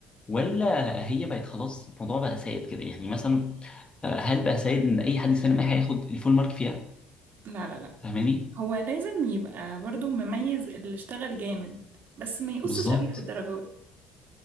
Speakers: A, on the left; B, on the right.
A: ولا هي بقت خلاص الموضوع بقى سائد كده يعني مثلا آه، هل بقى سيد ان اي حد يسلم اي حاجه ياخد الفول مارك فيها
B: لا لا لا
A: فاهماني
B: هو لازم يبقى برضو مميز اللي اشتغل جامد بس ما يقصش
A: بالظبط
B: قوي في الدرجات